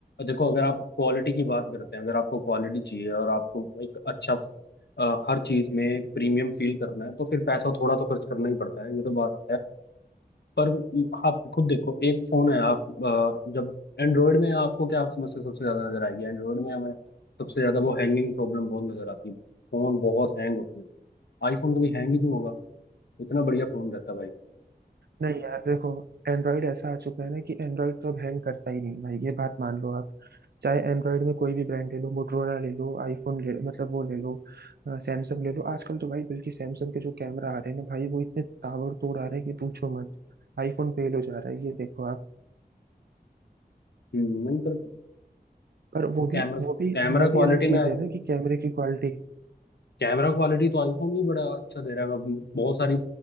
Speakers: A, on the left (about 85°); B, on the right (about 75°).
A: देखो अगर आप क्वालिटी की बात करते हैं अगर आपको क्वालिटी चाहिए और आपको एक अच्छा अ, हर चीज में प्रीमियम फील करना है तो फिर पैसा थोड़ा तो खर्च करना ही पड़ता है ये तो बात पर आप खुद देखो एक फोन है आप अ, जब एंड्रॉयड में आपको क्या समस्या सबसे ज्यादा नजर आएगी एंड्रॉयड में हमें सबसे ज्यादा वो हैंगिंग प्रॉब्लम बहुत नजर आती है फोन बहुत हैंग होते हैं आईफोन तो भी हैंग ही नहीं होगा इतना बढ़िया फोन रहता है भाई
B: नहीं यार देखो एंड्रॉयड ऐसा आ चुका है ना कि एंड्रॉयड तो अब हैंग करता ही नहीं भाई ये बात मान लो आप चाहे एंड्रॉयड में कोई भी ब्रांड ले लो मोटरोला ले लो आईफोन ले मतलब वो ले लो सैमसंग ले लो आजकल तो भाई बल्कि सैमसंग के जो कैमरा आ रहे हैं ना भाई वो इतने ताबड़तोड़ आ रहे हैं कि पूछो मत आईफोन फेल हो जा रहा है ये देखो आप
A: हम्म, नहीं पर
B: पर वो भी
A: कैमरा
B: वो भी
A: कैमरा
B: वो भी
A: क्वालिटी
B: अलग
A: में
B: चीज है ना कि कैमरे की क्वालिटी
A: कैमरा क्वालिटी तो आईफोन भी बड़ा अच्छा दे रहा है अब बहुत सारी